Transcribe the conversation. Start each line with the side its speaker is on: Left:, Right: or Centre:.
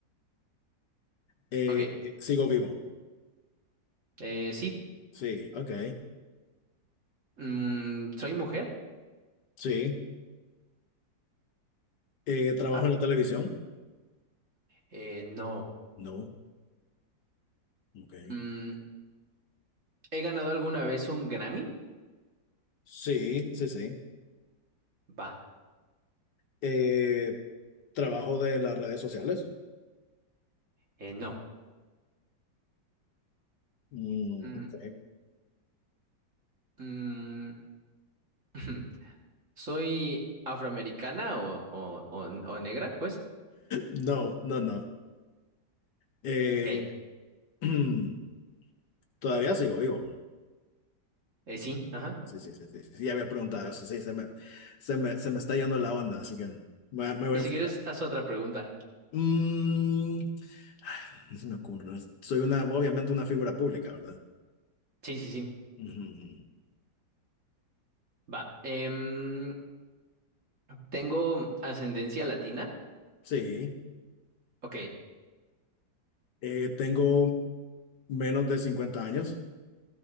Left: Eh,
Right: Ok.
Left: sigo vivo,
Right: eh, sí.
Left: sí, ok,
Right: Mm, ¿soy mujer?
Left: sí. Eh, trabajo
Right: Va.
Left: en la televisión,
Right: Eh, no.
Left: no, ok,
Right: Mm, ¿he ganado alguna vez un Grammy?
Left: sí, sí, sí.
Right: Va.
Left: Eh, trabajo de las redes sociales.
Right: Eh, no.
Left: Mm,
Right: Mm,
Left: sí.
Right: mm, <laughs> ¿Soy afroamericana o, o, o, o negra? Pues,
Left: No, no, no. Eh,
Right: ok,
Left: <clears throat> todavía sigo vivo.
Right: eh, sí, ajá.
Left: Sí, sí, sí, sí, sí, sí, ya había preguntado eso. Sí, se me, se me, se me está yendo la onda, así que me, me voy
Right: Pues
Left: a enfocar.
Right: si quieres, haz otra pregunta.
Left: Mm, ay, no se me ocurre. Soy una, obviamente una figura pública, ¿verdad?
Right: Sí, sí, sí,
Left: Ujú.
Right: va. Em, ¿tengo ascendencia latina?
Left: Sí.
Right: Ok,
Left: Eh, tengo menos de 50 años.